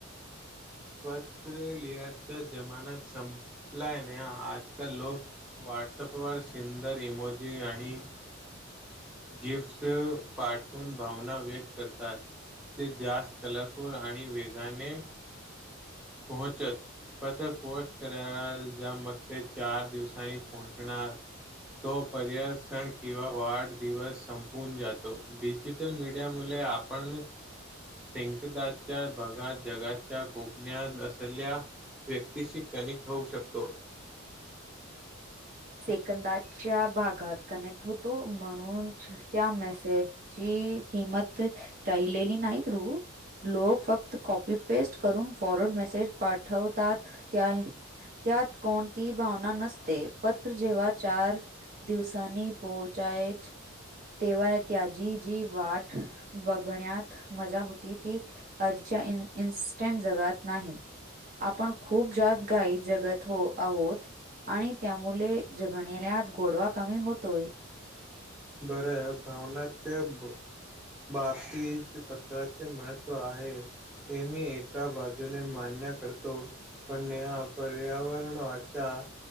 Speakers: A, in the centre; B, on the right (about 40°).
A: पत्र लिहायचा जमाना संपलाय न आजकाल लोक वा व्हॉट्सअपवर सुंदर इमोजी आणि गिफ्टस पाठवून भावना व्यक्त करतात. ते जास्त कलासूर आणि वेगाने पोहचत. पत्र पोस्ट करा जा मग ते चार दिवसांनी पोहोचणार. तोपर्यंत सण किंवा वाढदिवस संपून जातो डिजिटल मीडिया मुले आपण सेंकदाच्या भगात जगाच्या को ज्ञान असलेल्या व्यक्तीशी कनेक्ट होऊ शकतो.
B: सेकंदाच्या भागात कनेक्ट होतो म्हणून त्या मेसेज कि किंमत राहिलेली नाहीत रु लोक फक्त कॉपी पेस्ट करून फॉरवर्ड मेसेज पाठवतात त्या त्यात कोणती भावना नसते. पत्र जेव्हा चार दिवसाांनी पोहोचायचं तेव्हा त्याची जी वाट बघण्यात मजा होती ती आज इन इन्स्टंट जगात नाही. आपण खूप जास्त घाई जगत हो आहोत आणि त्यामुळे जगण्येल्यात गोडवा कमी होतोय.
A: बरं भावनाच्या बाबतीत पत्राचे महत्त्व आहे हे मी एका बाजूने मांडण्या तो पण या पर्यावरण वाचा